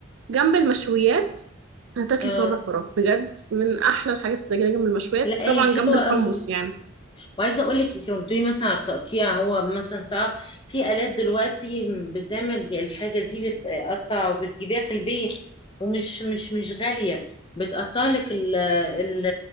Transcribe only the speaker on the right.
جنب المشويات هتاكلي
صوابع فراغ بجد من أحلى الحاجات اللي تاكليها جنب المشويات
طبعا
جنب الحمص
يعني